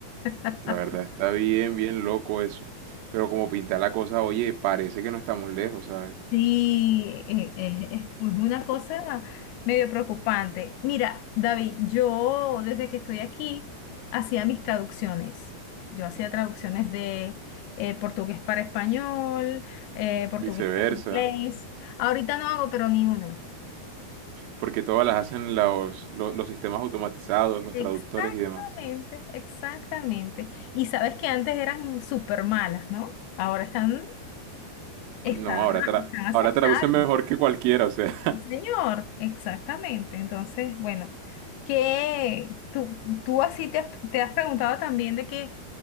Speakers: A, on the left; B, on the right.
A: <laughs>
B: La verdad, está bien, bien loco eso. Pero como pinta la cosa, oye, parece que no estamos lejos, ¿sabes?
A: Sí, eh, eh, es una cosa medio preocupante. Mira, David, yo desde que estoy aquí hacía mis traducciones. Yo hacía traducciones de eh, portugués para español, eh, portugués
B: Viceversa.
A: para inglés. Ahorita no hago, pero ni una.
B: Porque todas las hacen los, lo- los sistemas automatizados, los
A: Exactamente,
B: traductores y demás.
A: exactamente. Y sabes que antes eran súper malas, ¿no? Ahora están, están,
B: No, ahora, tra
A: están aceptables.
B: ahora traducen mejor que cualquiera, o sea.
A: Sí, Señor, exactamente. Entonces, bueno, que tú, tú así te has, te has preguntado también de que